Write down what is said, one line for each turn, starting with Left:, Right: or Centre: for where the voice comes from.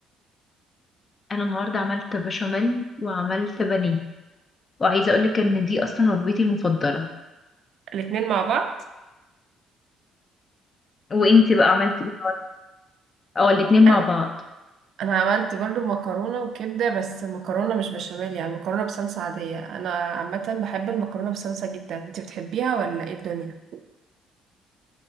Left: أنا النهاردة عملت بشاميل وعملت بانيه وعايزة أقولك إن دي أصلا وجبتي المفضلة
Right: الاتنين مع بعض
Left: وإنتي بقى عملتي إيه النهاردة؟ أو الاتنين
Right: انا
Left: مع بعض
Right: انا عملت برضو مكرونه وكبده بس مكرونه مش بشاميل يعني مكرونه بصلصه عاديه انا عامه بحب المكرونه بصلصه جدا انتي بتحبيها ولا ايه الدنيا